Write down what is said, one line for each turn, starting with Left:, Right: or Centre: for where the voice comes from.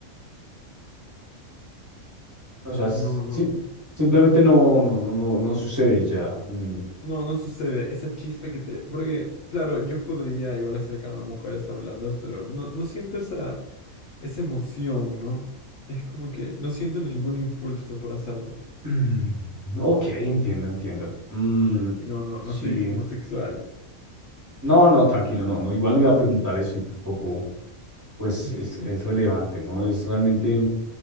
Right: O sea, s-
Left: No, no.
Right: sí, simplemente no, no, no, no, no sucede y ya. Ni... <clears throat>
Left: No, no sucede. Esa chispa que te... Porque, claro, yo podría igual acercarme a mujeres a hablarlas, pero no, no siento esa, esa emoción, ¿no? Es como que no siento ningún impulso por hacerlo.
Right: Mm, Ok, entiendo, entiendo. Mm,
Left: Y no, no,
Right: sí.
Left: no soy homosexual.
Right: No, no, tranquilo, no, no. Igual no iba a preguntar eso y tampoco, pues,
Left: <laughs>
Right: es, es relevante, ¿no? Es realmente...